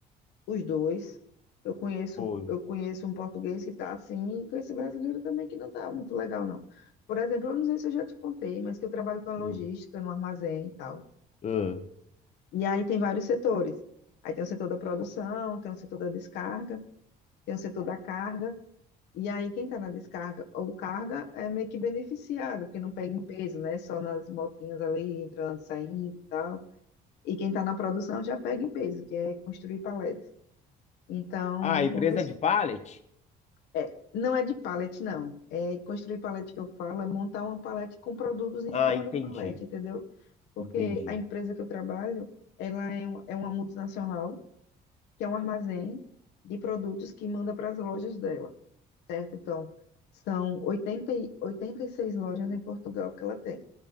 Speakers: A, on the left; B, on the left.
A: os dois. Eu conheço,
B: Foi.
A: eu conheço um português que está assim, e conheço brasileiro também que não está muito legal, não. Por exemplo, eu não sei se eu já te contei, mas que eu trabalho com a logística
B: Hum.
A: no armazém e tal.
B: Ah,
A: E aí tem vários setores. Aí tem o setor da produção, tem o setor da descarga, tem o setor da carga. E aí quem está na descarga ou carga é meio que beneficiado, porque não pega em peso, né? Só nas motinhas ali, entrando, saindo e tal. E quem está na produção já pega em peso, que é construir paletes. Então,
B: Ah, a empresa
A: uma pessoa
B: é de pallet?
A: É, não é de pallet, não. É construir pallet que eu falo, é montar uma pallet com produtos em
B: Ah,
A: cima
B: entendi.
A: da pallet, entendeu? Porque
B: Entendi.
A: a empresa que eu trabalho, ela é, um- é uma multinacional, que é um armazém de produtos que manda para as lojas dela, certo? Então, são oitenta e- 86 lojas em Portugal que ela tem.